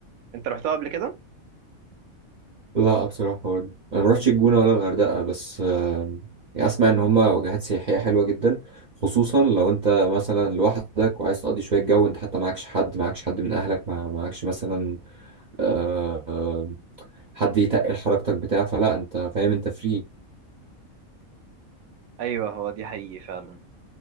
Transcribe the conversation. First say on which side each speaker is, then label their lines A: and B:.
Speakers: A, on the right (about 80°); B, on the right (about 50°).
A: أنت رحتها قبل كده؟
B: لا بصراحة برضه أنا مروحتش الجونة ولا الغردقة بس آم، يعني أسمع إن هما وجهات سياحية حلوة جدا خصوصا لو أنت مثلا لوحدك وعايز تقضي شوية جو أنت حتى معكش حد معكش حد من أهلك مع- معكش مثلا آه، آه، حد يتقل حركتك بتاع فلا أنت فاهم أنت فري
A: أيوه هو دي حقيقي فعلا